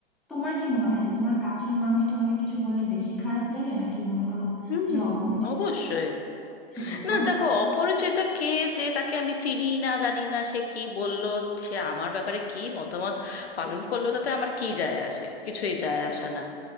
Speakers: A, in the centre; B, on the left.
A: তোমার কি মনে হয় যে তোমার কাছের মানুষ তোমাকে কিছু বললে বেশি খারাপ লাগে নাকি মনে করো
B: হুম
A: যে অপরিচিত
B: হুম, অবশ্যই
A: সেটাই
B: না
A: বলো
B: দেখো অপরিচিত কে যে তাকে আমি চিনি না জানি না সে কি বলল সে আমার ব্যাপারে কি মতামত পালন করলো তাতে আমার কি যায় আসে কিছুই যায় আসে না